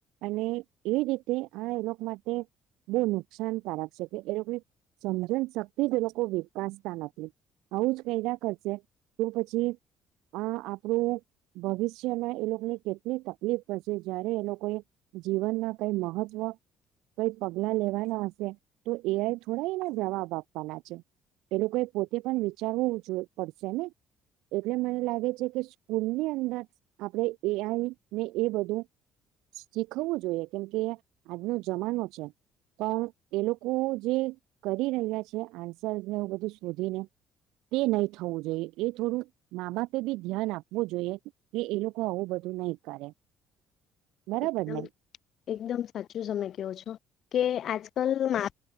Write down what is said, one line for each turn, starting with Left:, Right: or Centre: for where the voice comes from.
Right: અને એ રીતે આણે એ લોક માટે બહુ નુકસાનકારક છે કે એ લોકને સમજણ શક્તિ જ એ લોકો વિકાસતા નથી. આવું જ કંઇરા કરશે તો પછી આ આપણું ભવિષ્યમાં એ લોકને કેટલી તકલીફ પડશે જયારે એ લોકોએ જીવનના કઈ મહત્વ કઈ પગલા લેવાના હશે તો એઆઈ થોડા એના જવાબ આપવાના છે. એ લોકોએ પોતે પણ વિચારવું જોય પડશે ને? એટલે મને લાગે છે કે સ્કૂલની અંદર આપણેે એઆઈ ને એ બધું શીખવવું જોઈએ કેમ કે આજનો જમાનો છે. પણ એ લોકો જે કરી રહ્યા છે આન્સરને એવું બધું શોધીને તે નહી થવું જોઈએ એ થોડું મા બાપે બી ધ્યાન આપવું જોઈએ કે એ લોકો આવું બધું નહી કરે. બરાબર
Left: એકદમ
Right: ને?
Left: એકદમ સાચું સમય કયો છો. કે આજકાલ માં